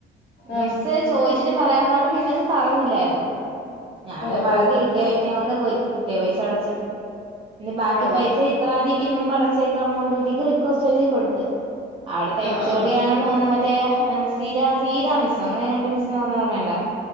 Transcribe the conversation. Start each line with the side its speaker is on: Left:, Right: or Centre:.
Left: ആഹ്
Right: മിസ്സ് ചോയിച്ചിട്ട് പറയാന്നർഞ്ഞ്ട്ട് പിന്നൊന്നും പറഞ്ഞില്ലായിരുന്നു ഞാൻ പിന്നെ
Left: ഓഹ്
Right: പകുതി
Left: ഓഹ്
Right: കിട്ടിയ പൈ കൊണ്ട് പോയി കിട്ടിയ പൈസ അടച്ച് എന്റെ ബാക്കി
Left: ആണോ
Right: പൈസ ഇത്രാന്തിക്ക് മുമ്പ് അടച്ചേക്കാം ന്നുള്ള രീതിക്ക് റിക്വസ്റ്റ് എഴുതി കൊടുത്ത് അവിടത്തെച്ചോടിയാണ്
Left: ആഹ് ആഹ്
Right: ന്ന മറ്റേ സീത സീതാ മിസോ അങ്ങനെ എങ്ങണ്ടൊരു മിസ്ന്ന് പർഞ്ഞ ഓർമ്മണ്ടോ?